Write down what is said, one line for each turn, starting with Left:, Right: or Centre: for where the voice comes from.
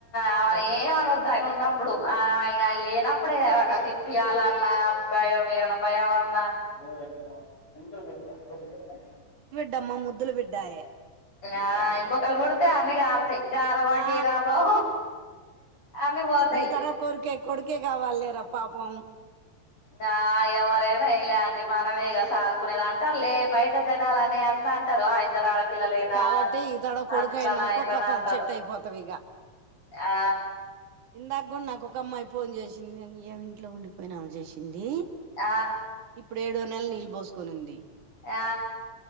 Left: ఆమన్ ఏం అనద్దు ఆయన ఉన్నప్ ప్పుడు ఆ ఇగ ఆయన లేనప్పుడే ఏమన్న తిప్పియాలన్నా భయం ఏమన్న భయం అన్నా బోర్ ఎంత <unintelligible>
Right: టమ్మా ముద్దుల్ బిడ్డాయే
Left: ఆ ఇంకొకల్ పుడ్తే అన్ని గార్తయి గారాబం
Right: ఆ
Left: గీరాబం అన్ని పోతాయి
Right: ఈ తరం కొర్కే కొడుకే కావాల్లేరా పాపం
Left: నా ఎవరైనా ఏంలే అండి మనమేగ సాదుకునేద్ అంటార్లే బయట జనాల్ అనే అన్నన్ టరు ఆ ఇద్దర్ ఆడపిల్లలేనా
Right: కాబట్టి ఈ తరం కొడుకు
Left: అట్లనా
Right: అయిండనుకో
Left: ఇట్లనా
Right: కతం
Left: అంటరు.
Right: చెట్టు అయిపోతావు
Left: ఆ
Right: ఇందాక్ కూడా నాక్ ఒక అమ్మాయి ఫోన్ చేసింది ఏం ఇంట్లో ఉండిపోయిన ఆమె చేసింది. డీ
Left: ఆ
Right: ఇప్పుడ్ ఏడో నెల నీళ్ళు పోసుకోనుంది.
Left: ఆ